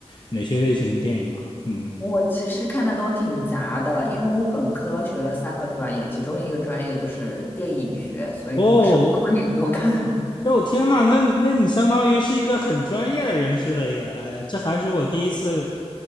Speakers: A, on the left (about 45°); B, on the left (about 20°).
A: 哪些类型的电影啊？嗯。
B: 我其实看的都挺杂的，因为我本科学了三个专业，其中一个专业就是电影学，所以我什么
A: 哦，
B: <laughs> 电影都看。
A: 哎，我天呐，那那你相当于是一个很专业的人士了耶！哎，这还是我第一次